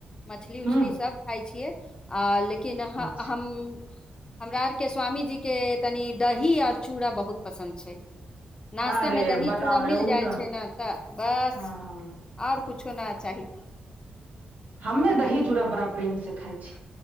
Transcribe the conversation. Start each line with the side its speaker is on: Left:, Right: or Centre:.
Left: मछली उछली
Right: हू
Left: सब खाय छियै आ लेकिन हम
Right: अच्छा
Left: हमरा आरके स्वामीजीके तनि दही आओर चूड़ा बहुत पसन्द छै नास्ता
Right: अरे
Left: मे दही
Right: बताउ
Left: चूड़ा
Right: ने
Left: मिल
Right: ओ
Left: जाइ
Right: तऽ
Left: छै ने तऽ बस
Right: हँ
Left: आओर कुछ कुछो नहि चाही
Right: हमे
Left: अहाँके
Right: दही चूड़ा बड़ा प्रेम से खाइ छी